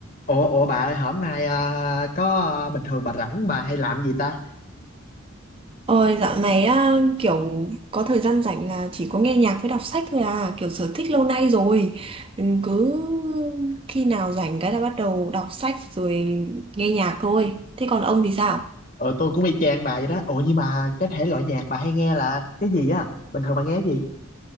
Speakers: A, on the left; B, on the right.
A: Ủa, ủa bà ơi, hôm nay à, có à, bình thường bà rảnh bà hay làm gì ta?
B: Ôi dạo này á, kiểu có thời gian rảnh là chỉ có nghe nhạc với đọc sách thôi à kiểu sở thích lâu nay rồi Ừ, cứ khi nào rảnh cái là bắt đầu đọc sách rồi nghe nhạc thôi thế còn ông thì sao
A: Ờ tôi cũng y chang bà vậy đó. Ủa nhưng mà cái thể loại nhạc bà hay nghe là cái gì á? Bình thường bà nghe cái gì?